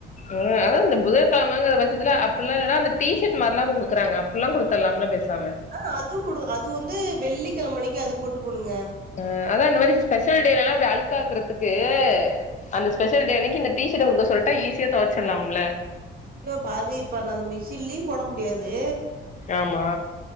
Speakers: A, on the left; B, on the right.
A: ம் அதா இந்த புதன் கெழமைங்குற பட்சத்துல அப்புல்லா இல்லன்னா அந்த டீஷர்ட் மாரிலா குடுக்குறாங்க அப்புல்லா குத்துர்லாம்ல பேசாம
B: அ அதுவு குடு அது வந்து வெள்ளிக்கெழமை அன்னிக்கு அது போட்டுப் போணுங்க
A: அ அதா அந்த மாரி ஸ்பெஷல் டேலெல்லா இப்டி அழுக்காக்குறதுக்கு அந்த ஸ்பெஷல் டே அன்னைக்கி இந்த டீஷர்ட் குடுக்க சொல்ட்டா ஈஸியா தொவச்சுர்லாம்ல
B: ஐயோ பாருங்க இப்ப நா அந்த மிஷின்லயு போட முடியாது
A: ஏமா